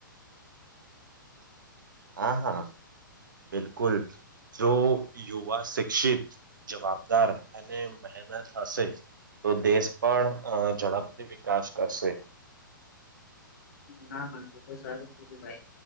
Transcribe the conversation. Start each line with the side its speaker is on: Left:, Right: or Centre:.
Right: <unintelligible> હા, હા, બિલકુલ, જો યુવા શિક્ષિત જવાબદાર અને મહેનત હશે તો દેશ પણ અ ઝડપથી વિકાસ કરશે
Left: હા, હા, એ તો સારું કીધુ ભાઈ